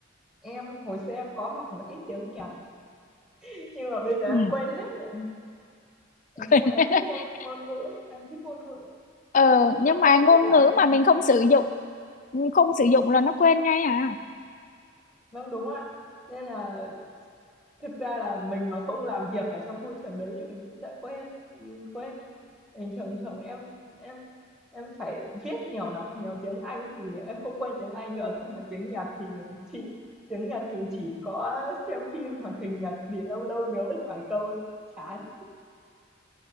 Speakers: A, in the centre; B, on the left.
A: Em hồi xưa em có học một ít tiếng Nhật, <laughs> nhưng mà bây giờ em
B: ừ.
A: quên hết rồi. Nói chung
B: <laughs>
A: là em thích ngôn ngôn ngữ, em thích ngôn ngữ,
B: ờ nhưng
A: em cũng
B: mà ngôn
A: thích cả
B: ngữ
A: âm nhạc.
B: mà mình không sử dụng không sử dụng là nó quên ngay à
A: Vâng đúng ạ. Nên là thực ra là mình mà không làm việc ở trong môi trường đấy thì mình cũng sẽ quên quên. đấy. Bình thường thường em em em phải viết nhiều, đọc nhiều tiếng Anh thì em không quên tiếng Anh được, nhưng mà tiếng Nhật thì chịu. Tiếng Nhật thì chỉ có xem phim hoạt hình Nhật thì lâu lâu nhớ được vài câu, ấy. chán.